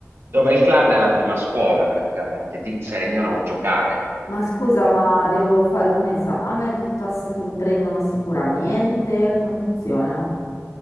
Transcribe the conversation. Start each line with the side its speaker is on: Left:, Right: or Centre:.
Right: dove il clan è la prima scuola praticamente, ti insegnano a giocare.
Left: Ma scusa, ma devo fare un esame piuttosto che mi prendono sicuramente? Come funziona?